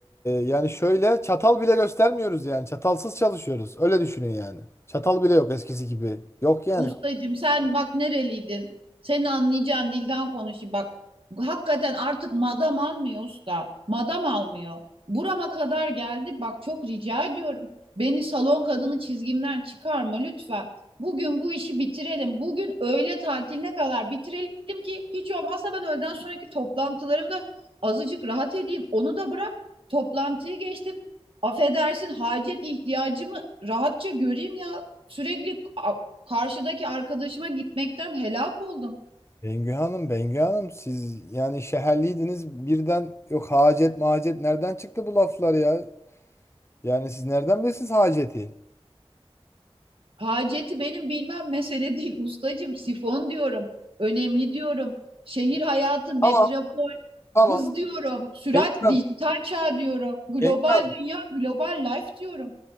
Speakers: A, on the left; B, on the right.
A: yani şöyle çatal bile göstermiyoruz yani. Çatalsız çalışıyoruz. Öyle düşünün yani. Çatal bile yok eskisi gibi. Yok yani
B: Ustacığım sen bak nereliydin? Seni anlayacağın dilden konuşayım bak. Hakikaten artık madam almıyor usta. Madam almıyor. Burama kadar geldi. Bak çok rica ediyorum. Beni salon kadını çizgimden çıkarma lütfen. Bugün bu işi bitirelim. Bugün öğle tatiline kadar bitirelim ki hiç olmazsa ben öğleden sonraki toplantılarımda azıcık rahat edeyim. Onu da bırak. Toplantıyı geçtim. Affedersin hacet ihtiyacımı rahatça göreyim ya. Sürekli Karşıdaki arkadaşıma gitmekten helak oldum.
A: Bengü Hanım, Bengü Hanım siz yani şehirliydiniz birden yok hacet macet nereden çıktı bu laflar ya? Yani siz nereden bilirsiniz haceti?
B: Haceti benim bilmem mesele değil. Ustacığım sifon diyorum. Önemli diyorum. Şehir hayatı, metropol,
A: Tamam tamam
B: hız diyorum. Sürat,
A: Bengü Hanım,
B: dijital çağ diyorum. Global
A: Bengü Hanım,
B: dünya, global life diyorum.